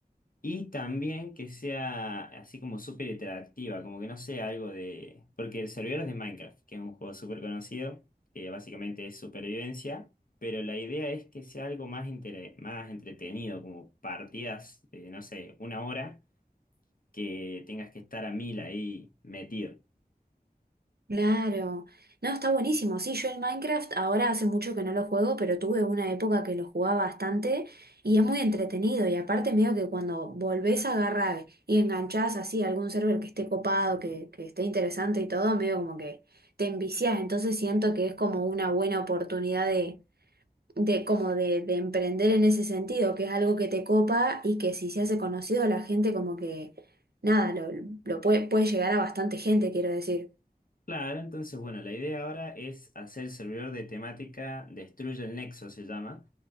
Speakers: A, on the left (about 60°); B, on the right (about 75°).
A: Y también que sea así como súper interactiva, como que no sea algo de... Porque el servidor es de Minecraft, que es un juego súper conocido, que básicamente es supervivencia, pero la idea es que sea algo más, intere- más entretenido, como partidas de, no sé, una hora, que tengas que estar a mil ahí metido.
B: Claro, no, está buenísimo. Sí, yo el Minecraft ahora hace mucho que no lo juego, pero tuve una época que lo jugaba bastante y es muy entretenido. Y aparte, medio que cuando volvés a agarrar y enganchás así a algún server que esté copado, que, que esté interesante y todo, medio como que te enviciás. Entonces siento que es como una buena oportunidad de, de como de, de emprender en ese sentido, que es algo que te copa y que si se hace conocido, la gente como que nada, lo, lo puede, puede llegar a bastante gente, quiero decir.
A: Claro, entonces bueno, la idea ahora es hacer el servidor de temática Destruye el Nexo, se llama.